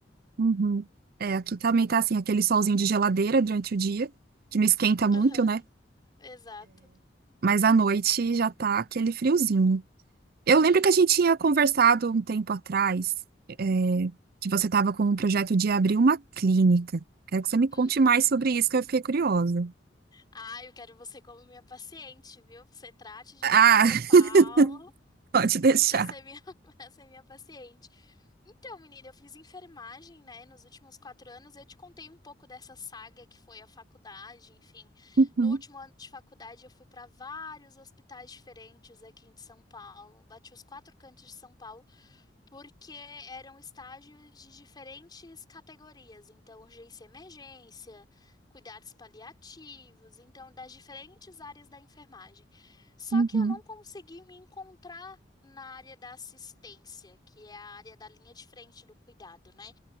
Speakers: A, on the right; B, on the left.
A: uhum. É, aqui também tá assim, aquele solzinho de geladeira durante o dia, que não esquenta muito,
B: Aham,
A: né?
B: exato.
A: Mas à noite já tá aquele friozinho. Eu
B: Sim.
A: lembro que a gente tinha conversado um tempo atrás, é, que você tava com um projeto de abrir uma clínica. Quero que você me conte
B: Uhum.
A: mais sobre isso, que eu fiquei curiosa.
B: Ah, eu quero você como minha paciente, viu? Você trate de
A: Ah,
B: vir para São Paulo.
A: <laughs> pode deixar.
B: para ser minha, <laughs> para ser minha paciente. Então, menina, eu fiz enfermagem, né, nos últimos quatro anos. Eu te contei um pouco dessa saga que foi a faculdade, enfim.
A: Uhum,
B: No último ano de faculdade, eu fui para vários hospitais diferentes aqui em São Paulo. Bati os quatro cantos de São Paulo porque eram estágios de diferentes categorias, então urgência e emergência, cuidados paliativos, então das diferentes áreas da enfermagem. Só
A: uhum,
B: que eu não consegui me encontrar na área da assistência, que é a área da linha de frente do cuidado, né?